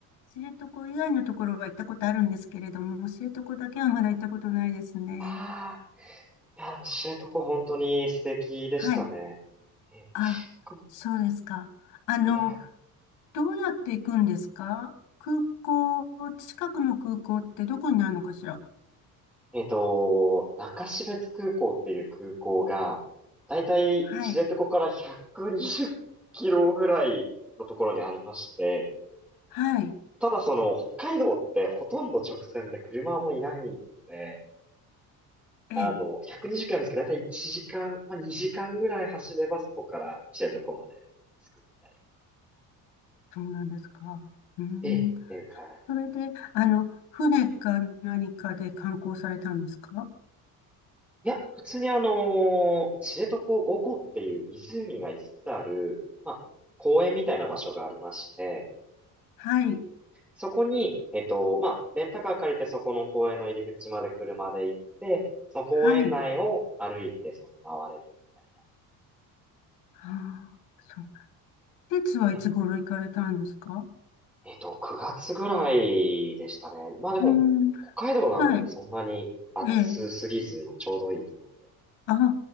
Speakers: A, on the left; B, in the centre.
A: 知床以外のところは行ったことあるんですけれども、知床だけはまだ行ったことないですね。
B: あ、ああ、いや、でも知床本当に素敵でしたね。
A: はい。
B: え、
A: あ、
B: 特に、
A: そうですか。あの、
B: えー、や
A: どうやって行くんですか空港、近くの空港ってどこになるのかしら
B: えっと、中標津空港っていう空港が、だいたい知床から120キロぐらいのところにありまして、
A: はい、はい、
B: ただその北海道ってほとんど直線で車もいないので、
A: ええ、
B: あの、120キロなんですけど、だいたい1時間、まあ、2時間ぐらい走ればそこから知床まで着くみたい。
A: そうなんですか。うん、
B: ええ、っていうか、
A: それで、あの、船か何かで観光されたんですか
B: いや、普通にあのー知床五湖っていう湖が5つつある、まあ、公園みたいな場所がありまして、
A: はい、
B: そこに、えっと、まあ、レンタカー借りてそこの公園の入り口まで車で行って、その公園内を歩いてその回れるみた
A: はい、ああ、そう。で、ツはいつ頃行かれたんですか
B: い。えっと、9月ぐらいでしたね。まあでも、
A: うん、
B: 北海道なのでそんなに暑すぎずのちょうどいい気温で。
A: はい、ええ、あ、